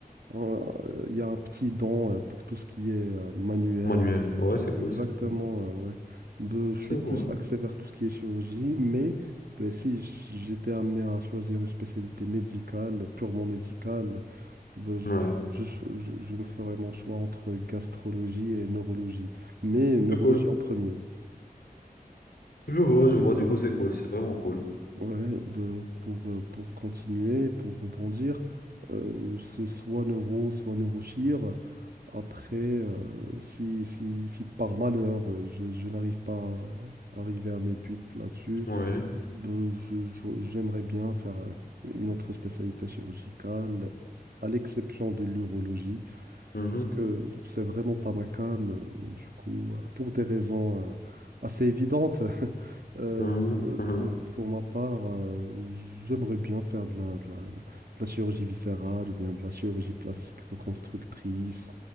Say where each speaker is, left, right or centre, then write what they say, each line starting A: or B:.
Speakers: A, on the right; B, on the left.
A: on- euh, il y a un petit don euh, pour tout ce qui est euh, manuel.
B: Manuel. Ouais, c'est cool,
A: Exactement,
B: c'est cool.
A: euh, ouais. Ben, je suis
B: C'est
A: plus
B: cool.
A: axé vers tout ce qui est chirurgie, mais ben, si j- j'étais amené à choisir une spécialité médicale, purement médicale, ben, je,
B: Ouais.
A: je, cho- je, je me ferais mon choix entre gastrologie et neurologie. Mais neurologie
B: C'est cool.
A: en premier.
B: Je vois, je vois, du coup, c'est cool, c'est vraiment cool.
A: Ouais, bah, pour, euh, pour continuer, pour rebondir, euh, c'est soit Neuro, soit Neurochir. Après, euh, si, si, si par malheur, euh, je, je n'arrive pas à arriver à mes buts là-dessus,
B: Oui.
A: bah, je- je- j'aimerais bien faire euh, une autre spécialité chirurgicale, à l'exception de l'urologie.
B: Mhm,
A: Parce que c'est vraiment pas ma came. euh, Du coup, euh, pour des raisons euh, assez évidentes, <laughs> euh,
B: mhm,
A: euh,
B: mhm.
A: pour, pour ma part, euh, j'aimerais bien faire de la, de la, de la chirurgie viscérale ou bien de la chirurgie plastique reconstructrice,